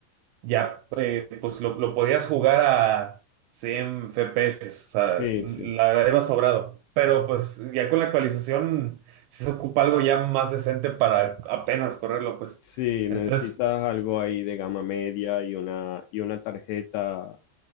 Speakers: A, on the right; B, on the left.
A: ya eh, pues lo, lo podías jugar a 100 FPS. O sea,
B: Sí,
A: la
B: sí.
A: verdad iba sobrado. Pero pues ya con la actualización sí se ocupa algo ya más decente para apenas correrlo, pues.
B: Sí, necesitas
A: Entonces,
B: algo ahí de gama media y una, y una tarjeta